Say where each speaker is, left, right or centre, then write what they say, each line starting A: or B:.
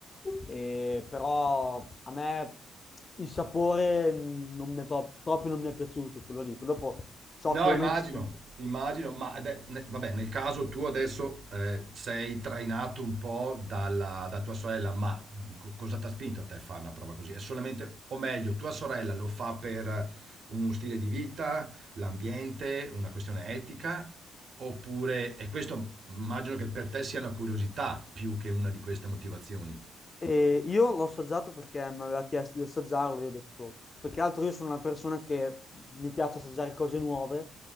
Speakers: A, on the left (about 30°); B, on the right (about 55°).
A: eh, però a me il sapore non mi è pro- proprio non mi è piaciuto quello lì. Dopo so
B: No,
A: che ovviamente
B: immagino,
A: sono
B: immagino, ma ade- ne- vabbè, nel caso tu adesso eh, sei trainato un po' dalla, da tua sorella, ma co- cosa ti ha spinto a te a fare una prova così? È solamente, o meglio, tua sorella lo fa per uno stile di vita, l'ambiente, una questione etica, oppure, e questo immagino che per te sia una curiosità più che una di queste motivazioni.
A: E io l'ho assaggiato perché mi aveva chiesto di assaggiarlo, io ho detto, perché altro io sono una persona che mi piace assaggiare cose nuove,